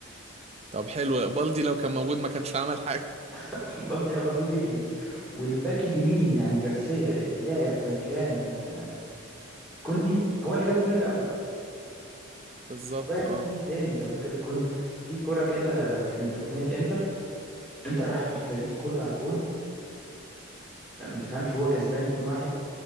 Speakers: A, on the right; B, in the centre.
A: طب حلو بالدي لو كان موجود ما كانش عمل حاجه
B: <laughs> بالدي اه بالدي بيجري والباك اليمين يعني جارسيا اللي لعب مكان كوندي هو اللي جاب الجون الاول
A: <laughs> بالظبط
B: وضيع
A: اه
B: الجون الثاني لو فاكر الجون في كرة كده كانت ركنيه الانتر انتر راح بالفريق كله على الجون ما ما تفهمش وهو كسبان 2-1